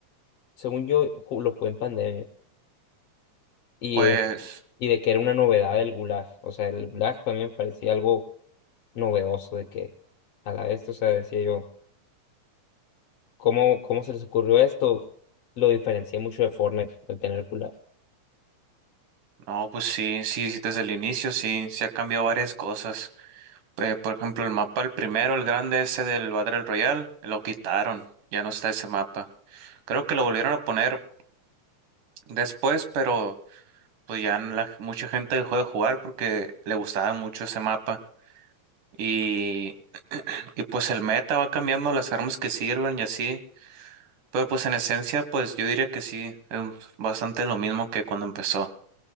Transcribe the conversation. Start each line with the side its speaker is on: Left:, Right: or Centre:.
Left: según yo ju- lo jugué en pandemia. y
Right: Pues,
Left: de, y de que era una novedad el gulag. O sea, el gulag para mí me parecía algo novedoso, de que a la vez, o sea, decía yo, ¿cómo, cómo se les ocurrió esto? Lo diferencia mucho de Fortnite, el tener gulag.
Right: no, pues sí, sí, sí, desde el inicio sí, sí ha cambiado varias cosas. Eh, por ejemplo, el mapa, el primero, el grande ese del Battle Royale, lo quitaron, ya no está ese mapa. Creo que lo volvieron a poner después, pero pues ya la- mucha gente dejó de jugar porque le gustaba mucho ese mapa. y Y pues el meta va cambiando las armas que sirven y así. Pero pues en esencia, pues yo diría que sí, es bastante lo mismo que cuando empezó.